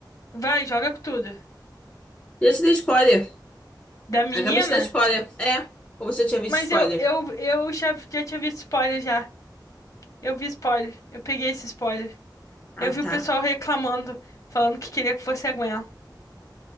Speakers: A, on the left; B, on the left.
A: Vai, joga com tudo.
B: Eu te dei spoiler.
A: Da menina?
B: Acabei de dar spoiler. É. Ou você já tinha visto
A: Mas
B: spoiler?
A: eu, eu, eu já, já tinha visto spoiler já. Eu vi spoiler. Eu peguei esse spoiler.
B: Ah,
A: Eu vi
B: tá.
A: o pessoal reclamando, falando que queria que fosse a Gwen.